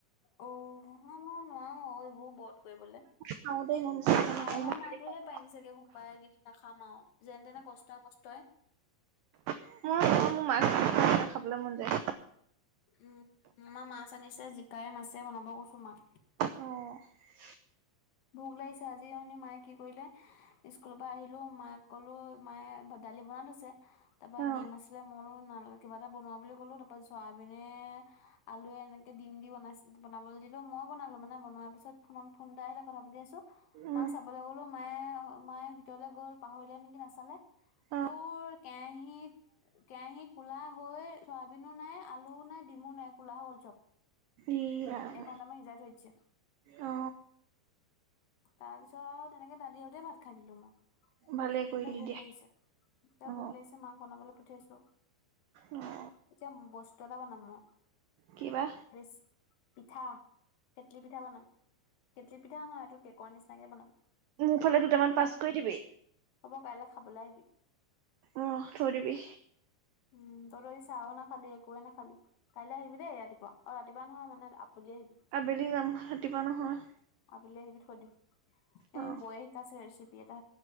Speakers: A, on the left; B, on the right.
A: অ হ মই নোৱাৰো আৰু এইবোৰ ব্ৰত কৰিবলৈ,
B: খাওঁ দেই মই মিছা কথা
A: শাওনৰ
B: নকওঁ মই দালি
A: মাহটোহে
B: খাওঁ
A: পাৰিম চাগে সোমবাই যদি নাখামাও যেন তেনে কষ্টই মষ্ট তই,
B: মই মোৰ মাছ খাবলৈ মন যায়।
A: উম আমাৰ মাছ আনিছে জিকাই মাছে বনাব কৈছো মাক,
B: অ'
A: ভোক লাগিছে আজি এনি মায়ে কি কৰিলে স্কুলৰ পৰা আহিলো মাক কলো মায়ে ভাত দালি বন থৈছে তাৰ পৰা
B: অ
A: দিম আছিলে মইও, কিবা এটা বনোৱা বুলি ক'লো তাৰপা চোৱাবিনে আলুয়ে এনেকে দিম দি বনাই বনাবলৈ দি, মই বনালো মানে বনোৱাৰ পিছত ফোনত ফোন এটা আহিলে, কথা পাতি আছো
B: উম
A: মাক চাবলৈ গলো মায়ে মায়ে ভিতৰলে গ'ল পাহৰিলে নেকি নাচালে
B: অ
A: তোৰ কেৰাহিত কেৰাহী কলা হৈ, বিনো নাই আলুও নাই ডিমো নাই ক'লা হ'ল চব চয়া।
B: ই ৰাম
A: এঘণ্টা মান সিজাই থৈ দিছে।
B: অ
A: তাৰ পিছত তেনেকে দালি হ গোটেই ভাত খাই দিলো মই
B: ভালে কৰিলি
A: এয়া ভোক
B: দিয়া
A: লাগিছে
B: অ
A: ভোক লাগিছে মাক বনাবলৈ উঠাইছো
B: অ
A: এতিয়া বস্তু এটা বনাম মই,
B: কিবা
A: ৰিছ পিঠা কেটলি পিঠা বনাম কেটলি পিঠা নহয় এইটো কেকৰ নিচিনাকে বনাম।
B: মোৰ ফালে দুটামান
A: এই
B: পাছ
A: ন
B: কৰি দিবি
A: হ'ব কাইলৈ খাবলৈ আহিবি।
B: অ থৈ দিবি।
A: উম তই এই চাহও নাখালি একোৱে নাখালি কাইলৈ আহিবি দেই ৰাতিপুৱা অ ৰাতিপুৱা নহয় মানে, আবেলি আহিবি
B: আবেলি যাম ৰাতিপুৱা নহয়।
A: আবেলিলৈ আহিবি থৈ দিম এই
B: অ
A: বৌয়ে শিকাইছে ৰেচিপি এটা